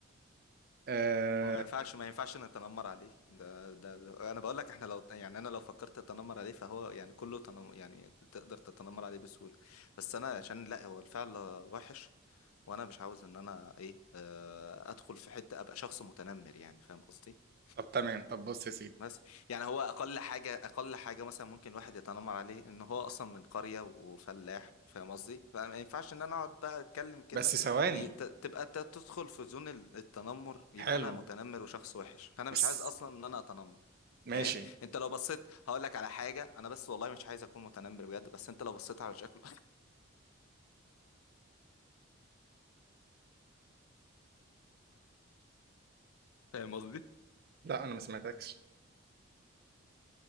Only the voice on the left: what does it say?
ما ينفعش ما ينفعش نتنمر عليه ده ده انا بقول لك احنا لو يعني انا لو فكرت اتنمر عليه فهو يعني كله تنم يعني تقدر تتنمر عليه بسهوله بس انا عشان لا هو الفعل وحش وانا مش عاوز ان انا ايه آه، ادخل في حته ابقى شخص متنمر يعني فاهم قصدي
بس يعني هو اقل حاجه اقل حاجه مثلا ممكن الواحد يتنمر عليه ان هو اصلا من قريه وفلاح فاهم قصدي فما ينفعش ان انا اقعد بقى اتكلم كده
ي- ت- تبقى ت- تدخل في زون ال- التنمر يبقى
انا متنمر وشخص وحش فانا
مش عايز اصلا ان انا اتنمر
فاهم انت لو بصيت هقول لك على حاجه انا بس والله مش عايز اكون متنمر بجد بس انت لو بصيت على شكله <laughs> فاهم قصدي